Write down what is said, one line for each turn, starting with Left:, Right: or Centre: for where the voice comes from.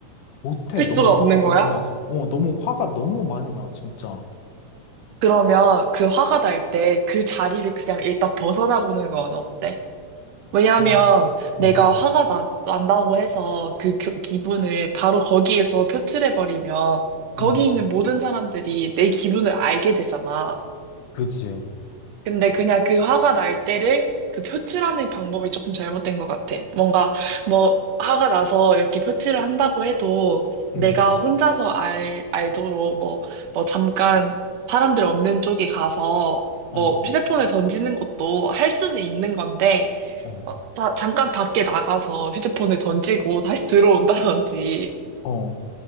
Left: 못 해.
Right: 할
Left: 너무
Right: 수가
Left: 화가
Right: 없는
Left: 너무
Right: 거야?
Left: 나서. 어, 너무 화가 너무 많이 나, 진짜.
Right: 그러면 그 화가 날 때 그 자리를 그냥 일단 벗어나 보는 건 어때? 왜냐하면
Left: 아,
Right: 내가
Left: 음.
Right: 화가 나, 난다고 해서 그 겨- 기분을 바로 거기에서 표출해버리면 거기
Left: 음,
Right: 있는 모든 사람들이 내 기분을 알게 되잖아.
Left: 그지.
Right: 근데 그냥 그 화가 날 때를 그 표출하는 방법이 조금 잘못된 것 같아. 뭔가 뭐 화가 나서 이렇게 표출을 한다고 해도 내가
Left: 음,
Right: 혼자서 알, 알도록 뭐, 뭐 잠깐 사람들 없는 쪽에 가서 뭐
Left: 어,
Right: 휴대폰을 던지는 것도 할 수는 있는 건데
Left: 어,
Right: 어, 다- 잠깐 밖에 나가서 휴대폰을 던지고 다시 들어온다든지
Left: 어,